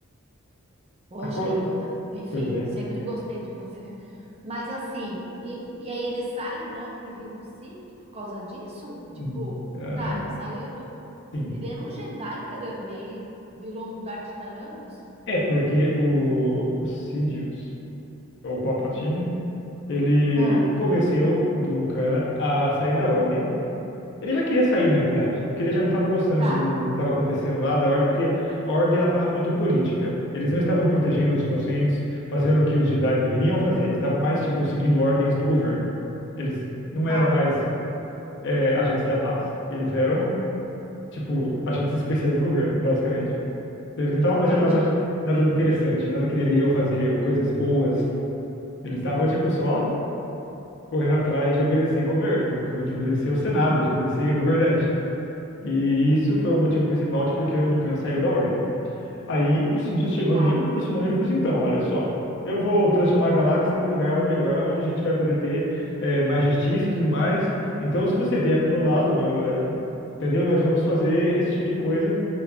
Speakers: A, on the right (about 30°); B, on the left (about 60°).
A: poxa,
B: Aco-
A: Yoda. Enfim,
B: Pois é.
A: sempre gostei de você. <laughs> Mas assim, e, e aí ele sai e logo ele vira um Sith por causa disso? Tipo,
B: Hum, ah,
A: tá, ele saiu do.
B: sim.
A: Ele era um Jedi, caramba, e aí virou um Darth Tyrannus?
B: É porque o, o Sidious, ou Palpatine, ele
A: Ah,
B: convenceu o Dukan a sair da ordem Ele já queria sair, na verdade, porque ele já não estava gostando
A: tá,
B: do, do que estava acontecendo lá, da Ordem, porque a Ordem ela estava muito política. Eles não estavam protegendo os inocentes, fazendo o que os Jedi deveriam fazer. Eles estavam mais, tipo, seguindo ordens do governo. Eles não
A: tá,
B: eram mais é, agentes da paz. Eles eram, tipo, agentes especiais do governo, basicamente. Então, eles não estavam fazendo
A: entendi.
B: nada, nada interessante, nada que deveriam fazer, coisas boas. Eles estavam, tipo, só correndo atrás de obedecer governo, de obedecer o Senado, de obedecer governante. E isso foi o motivo principal de porque o Dukan saiu da Ordem. Aí o Sidious chegou
A: Tá,
B: nele, aproximou nele e falou assim: então, olha só, eu vou transformar a galáxia num lugar melhor, onde a gente vai poder ter eh, mais justiça e tudo mais. Então, se você vier pro meu lado, eu, eh, entendeu? Nós vamos fazer esse tipo de coisa